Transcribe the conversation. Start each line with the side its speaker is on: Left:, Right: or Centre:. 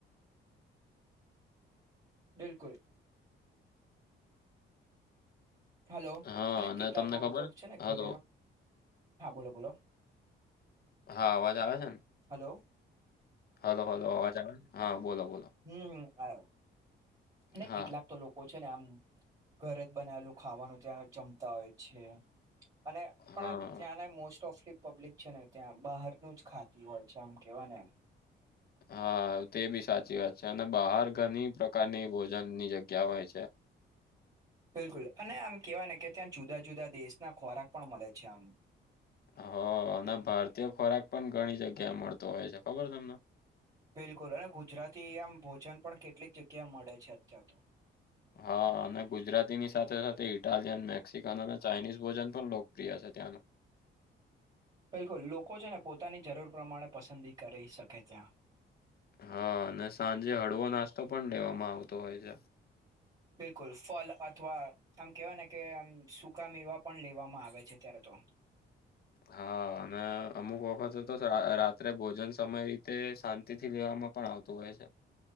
Right: બિલકુલ હલો
Left: હા
Right: અને કેટલાક
Left: તમને
Right: લોકો
Left: ખબર
Right: તો છે ને
Left: હલો
Right: ઘરે હા બોલો બોલો.
Left: હા અવાજ આવે છે
Right: હલો
Left: ને હલો હલો અવાજ આવે હા બોલો બોલો.
Right: હમ્મ હમ્મ આવે અને
Left: હા
Right: કેટલા તો લોકો છે ને આમ ઘરે જ બનાયેલું ખાવાનું ત્યાં જમતા હોય છે. અને પણ
Left: હા
Right: ત્યાંને મોસ્ટ ઓફ પબ્લિક છે ને ત્યાં બહારનું જ ખાતી હોય છે આમ કેવાય ને
Left: હા તે બી સાચી વાત છે અને બહાર ઘણી પ્રકારની ભોજનની જગ્યા હોય છે.
Right: બિલકુલ અને આમ કેવા ને કે ત્યાં જુદા જુદા દેશના ખોરાક પણ મળે છે આમ.
Left: હ અને ભારતીય ખોરાક પણ ઘણી જગ્યા મળતો હોય છે ખબર તમને.
Right: બિલકુલ અને ગુજરાતી આમ ભોજન પણ કેટલીક જગ્યા મળે છે અત્યાર તો
Left: હા અને ગુજરાતીની સાથે સાથે ઇટાલિયન મેક્સિકન અને ચાઇનીઝ ભોજન પણ લોકપ્રિય છે ત્યાંનું
Right: બિલકુલ લોકો છે ને પોતાની જરૂર પ્રમાણે પસંદગી કરી શકે ત્યાં
Left: હા અને સાંજે હળવો નાસ્તો પણ લેવામાં આવતો હોય છે.
Right: બિલકુલ ફલ અથવા આમ કેવાય ને કે આમ સુકા મેવા પણ લેવામાં આવે છે અત્યારે તો
Left: હા અને અમુક વખતે તો રાત્રે ભોજન સમય રીતે શાંતિ થી લેવામાં પણ આવતું હોય છે.